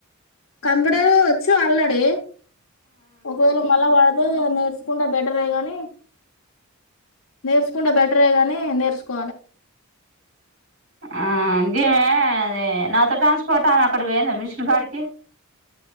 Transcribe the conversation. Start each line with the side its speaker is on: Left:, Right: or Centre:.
Left: కంప్యూటరు వొచ్చు ఆల్రెడీ ఒకవేళ మళ్ళా పడ్తే నేర్చుకుంటే బెటరే గనీ నేర్చుకుంటే బెటరే గనీ నేర్చుకోవాలె.
Right: ఆ ఇంకేమే అది నాతో ట్రాన్స్పోర్ట్ ఆమె అక్కడ పోయిందా మెషిన్ కాడికి